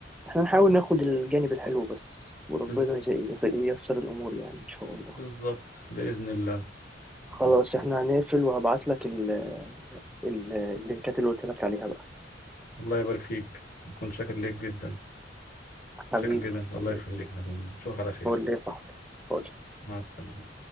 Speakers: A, in the centre; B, on the left.
A: احنا نحاول ناخد الجانب الحلو بس وربنا
B: بز...
A: يز- يز- ييسر الامور يعني ان شاء الله
B: بالظبط باذن الله
A: خلاص
B: بس...
A: احنا هنقفل وهبعت لك ال... ال... اللينكات اللي قلت لك عليها بقى
B: الله يبارك فيك اكون شاكر ليك جدا
A: حبيبي
B: شاكر جدا الله
A: حبيبي
B: يخليك يا حبيبي. نشوفك على خير
A: قول لي يا صاحبي قول.
B: مع السلامه